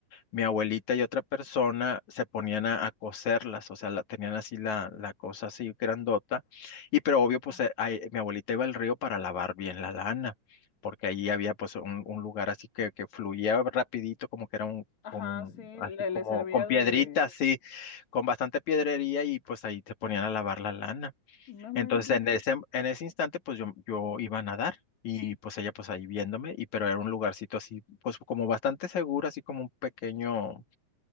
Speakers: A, on the left; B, on the left.
A: mi abuelita y otra persona se ponían a, a coserlas, o sea, la, tenían así la, la cosa así grandota, y pero obvio, pues
B: Ah.
A: eh, ahí- mi abuelita iba al río para lavar bien la lana, porque ahí había pues un, un lugar así que, que fluía rapidito, como que era un,
B: Ajá,
A: como un-
B: sí, le,
A: así como
B: le servía
A: con piedritas
B: de...
A: así, con bastante piedrería, y pues ahí te ponían a lavar la lana.
B: No manches.
A: Entonces en ese, en ese instante pues yo, yo iba a nadar y pues ella pues ahí viéndome y pero era un lugarcito así pues como bastante seguro, así como un pequeño